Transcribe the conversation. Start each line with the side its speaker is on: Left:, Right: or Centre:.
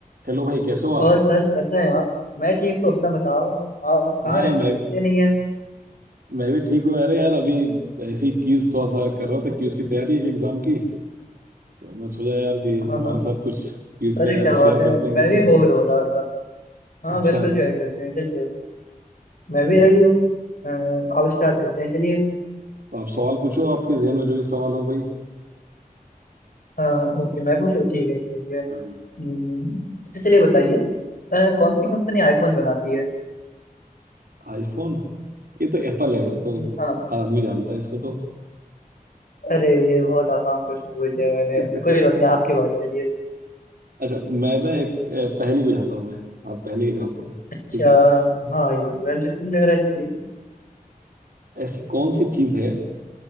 Right: Hello भाई कैसे हो आप
Left: और सर कैसे हैं आप मैं ठीक हूँ अपना बताओ आप कहाँ
Right: हाँ
Left: रहते
Right: मैं
Left: हैं दिखते नहीं है
Right: मैं भी ठीक हूँ अरे यार अभी ऐसी क्यूज थोड़ा सा कर रहा था क्यूज की तैयारी है एक एग्जाम की तो मैं सोचा यार कि
Left: हाँ
Right: तुम्हारे
Left: हाँ
Right: साथ कुछ क्यूज
Left: अरे
Right: का
Left: क्या बात
Right: शेयर
Left: है
Right: करते हैं एक
Left: मैं
Right: दूसरे
Left: भी
Right: से
Left: बोर हो रहा था हाँ
Right: अच्छा
Left: बिल्कुल शेयर करते हैं चलिए मैं
Right: तो,
Left: भी रेडी हूँ अ, आप स्टार्ट करते हैं चलिए
Right: तो आप सवाल पूछो आपके जहन में जो भी सवाल हो कोई
Left: हाँ ओके मैं पूछूँ ठीक है चलिए हम्म,
Right: हाँ।
Left: अच्छा चलिए बताइए अ, कौन सी कंपनी आईफोन बनाती है
Right: आईफोन ये तो एप्पल है ये तो
Left: हम्म, हाँ
Right: हर आदमी जानता है इसको तो
Left: अरे ये बहुत आसान क्वेश्चन पूछ लिया मैंने
Right: <laughs>
Left: कोई बात नहीं आपकी बारी चलिए
Right: अच्छा मैं ना एक अ, पहेली बुझाता हूँ मैं आप पहले ही जवाब देना
Left: अच्छा
Right: ठीक है
Left: हाँ ये इंटरेस्टिंग लग रहा है चलिए
Right: ऐसी कौन सी चीज है